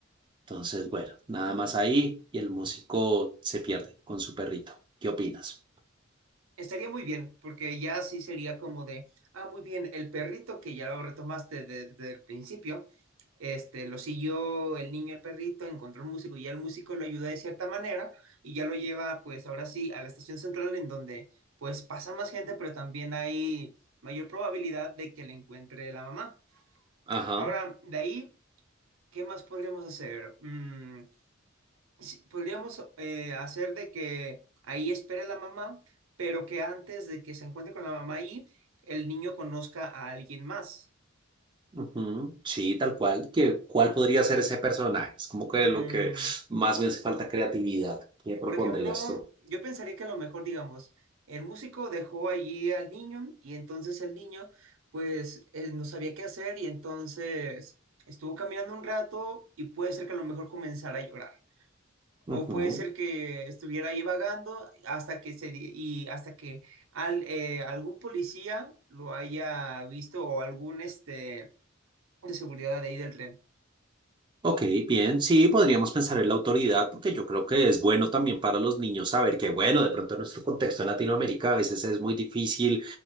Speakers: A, on the right (about 25°); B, on the right (about 80°).
A: Entonces, bueno, nada más ahí y el músico se pierde con su perrito. ¿Qué opinas?
B: Estaría muy bien, porque ya sí sería como de, ah, muy bien, el perrito que ya lo retomaste de- desde el principio, este, lo siguió el niño, el perrito, encontró el músico y ya el músico lo ayuda de cierta manera y ya lo lleva, pues ahora sí, a la estación central en donde, pues pasa más gente, pero también hay mayor probabilidad de que le encuentre la mamá.
A: Ajá.
B: Ahora, de ahí, ¿qué más podríamos hacer? Mm, sí, podríamos eh, hacer de que ahí espere la mamá, pero que antes de que se encuentre con la mamá ahí, el niño conozca a alguien más.
A: ujú, Sí, tal cual. que cuál podría ser ese personaje? Es como que
B: Mm,
A: lo que más me hace falta creatividad. ¿Qué propondrías
B: por ejemplo,
A: tú?
B: yo pensaría que a lo mejor, digamos, el músico dejó allí al niño y entonces el niño, pues, eh, no sabía qué hacer y entonces estuvo caminando un rato y puede ser que a lo mejor comenzara a llorar.
A: Ujú.
B: O puede ser que estuviera ahí vagando hasta que se di- y hasta que al, eh, algún policía lo haya visto o algún este de seguridad de ahí del tren.
A: Ok, bien, sí, podríamos pensar en la autoridad porque yo creo que es bueno también para los niños saber que, bueno, de pronto en nuestro contexto en Latinoamérica a veces es muy difícil